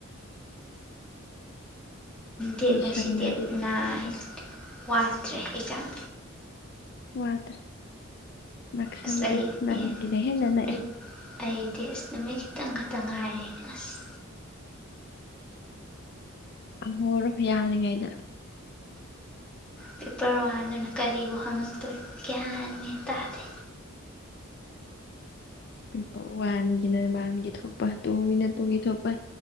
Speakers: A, in the centre; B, on the left (about 50°).
A: ꯗꯦꯠ
B: ꯂꯣꯏꯁꯟꯒ꯭ꯔꯗꯤ
A: ꯉꯁꯤ ꯗꯦꯠ ꯅꯥꯏꯟ
B: ꯐꯔꯦ,
A: ꯋꯥꯗ꯭ꯔꯦ ꯑꯦꯛꯖꯥꯝ
B: ꯋꯥꯗ꯭ꯔꯦ ꯅꯛꯁꯜꯂꯛꯑꯦ
A: ꯑꯁ ꯑꯩꯗꯤ
B: ꯅꯪꯒꯤꯅ ꯍꯦꯟꯅ ꯅꯛꯑꯦ
A: ꯅꯨꯠ ꯑꯩꯗꯤ ꯑꯁ ꯅꯨꯃꯤꯠ ꯈꯤꯇꯪ ꯈꯛꯇꯪ ꯉꯥꯏꯔꯦ ꯑꯁ
B: ꯍꯣꯔꯝ ꯌꯥꯔꯤꯉꯩꯗ
A: ꯄꯦꯄꯔ ꯋꯥꯟꯗꯨꯅ ꯀꯔꯤꯕꯨ ꯍꯪꯉꯛ ꯇꯣꯏꯅꯣ ꯒ꯭ꯌꯥꯟꯕꯨ ꯇꯥꯗꯦ
B: ꯄꯦꯄꯔ ꯋꯥꯟꯒꯤꯅ ꯋꯥꯟꯒꯤ ꯊꯣꯛꯄ ꯇꯨꯒꯤꯅ ꯇꯨꯒꯤ ꯊꯣꯛꯄ